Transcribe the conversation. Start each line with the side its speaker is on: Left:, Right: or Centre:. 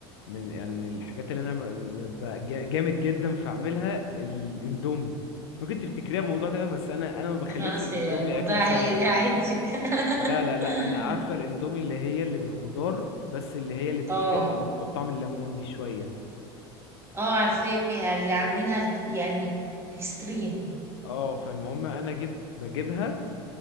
Left: من يعني الحاجات اللي انا ب- ب- جا- جامد جدا في اعملها الاندومي ممكن تفتكريها موضوع تاني بس انا انا ما بخليش
Right: خلاص
Left: الاندومي
Right: هي الموضوع
Left: اكله سريعه
Right: هي عادي
Left: لا لا لا
Right: <laughs>
Left: انا عارفه الاندومي اللي هي اللي بالخضار بس اللي هي اللي بتبقى
Right: اه
Left: فيها اللي بتبقى بطعم الليمون دي شويه
Right: اه عارفاها اللي عاملينها ال- يعني اكستريم
Left: اه فالمهم انا جبت بجيبها